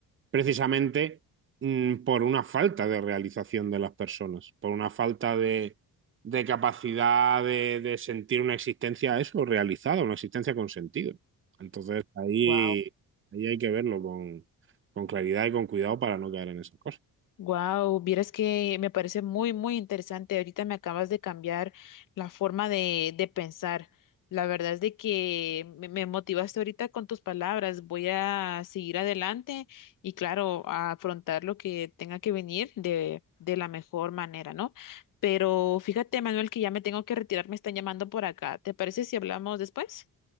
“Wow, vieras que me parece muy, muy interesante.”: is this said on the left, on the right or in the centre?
Left